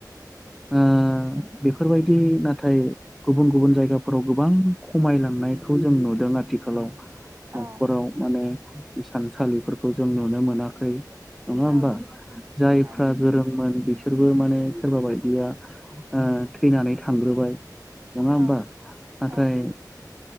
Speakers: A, in the centre; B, on the right.
A: ओ बेफोरबायदि नाथाय गुबुन गुबुन जायगाफोराव गोबां खमायलांनायखौ जों नुदों आथिखालाव
B: औ
A: न'खराव माने इसानसालिफोरखौ जों नुनो मोनाखै नङा होमबा!
B: औ
A: जायफ्रा
B: औ
A: गोरोंमोन बिसोरबो माने सोरबा बायदिया थैनानै थांग्रोबाय नङा होमबा!
B: औ
A: नाथाय
B: औ